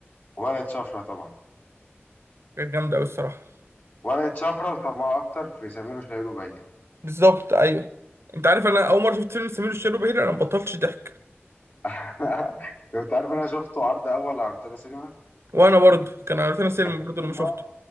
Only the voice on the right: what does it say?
كانت جامدة أوي الصراحة
بالظبط أيوه أنت عارف أنا أول مرة شفت فيلم سمير وشهير وبهير أنا مبطلتش ضحك
وأنا برضه كان عرفتنا سينما
برضه
لما شفته